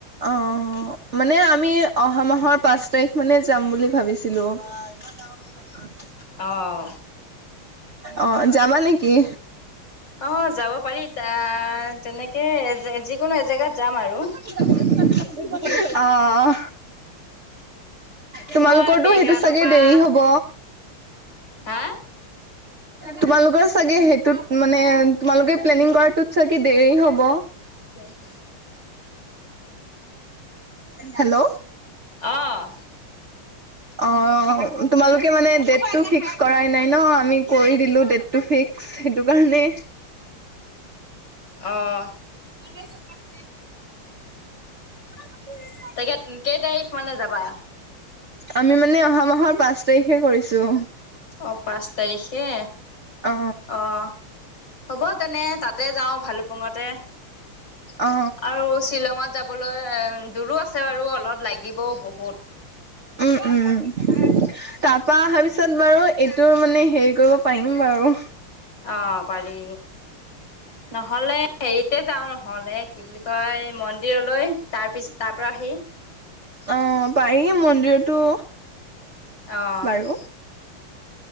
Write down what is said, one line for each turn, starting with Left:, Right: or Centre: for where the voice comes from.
Right: অহ' মানে আমি অহা মাহৰ পাঁচ তাৰিখ মানে যাম বুলি ভাবিছিলো। <unintelligible>
Left: অহ।
Right: অহ' যাবা নেকি?
Left: অহ' যাব পাৰি, তাত যেনেকে এ যিকোনো এজেগাত যাম আৰু।
Right: অহ', অহ'। তোমালোকৰটো
Left: তোমাৰ বেকগ্ৰাউণ্ডৰ
Right: সেইটো চাগে
Left: পৰা
Right: দেৰি হ'ব।
Left: হা
Right: তোমালোকৰ চাগে সেইটোত মানে, তোমালোকে প্লেনিং কৰাটোত চাগে দেৰি হ'ব।
Left: <unintelligible>
Right: হেল্ল'!
Left: অহ'।
Right: অ' তোমালোকে মানে দেটটো ফিক্স কৰাই নাই ন', আমি কৰি দিলো দেটটো ফিক্স। সেইটো কাৰণে
Left: অহ'।
Right: <unintelligible> <unintelligible>
Left: তাকে কেই তাৰিখ মানে যাবা?
Right: আমি মানে অহা মাহৰ পাঁচ তাৰিখে কৰিছো।
Left: অহ' পাঁচ তাৰিখে
Right: অ
Left: অহ'। হ'ব তেনে তাতে যাওঁ ভালুকপুঙতে
Right: অ
Left: আৰু শ্বিলঙত যাব লৈ দূৰো আছে বাৰু অলপ লাগিবও বহুত।
Right: উম, উম, উম। তাৰ পৰা অহাৰ পিছত বাৰু এইটো মানে হেৰি কৰিব পাৰিম বাৰু।
Left: অঁ' পাৰি নহলে হেৰিতে যাও নহ'লে কি- বুলি কয় মন্দিৰলৈ তাৰপিছ তাৰপৰা আহি-
Right: অঁ' পাৰি মন্দিৰতো।
Left: অঁ'
Right: বাৰু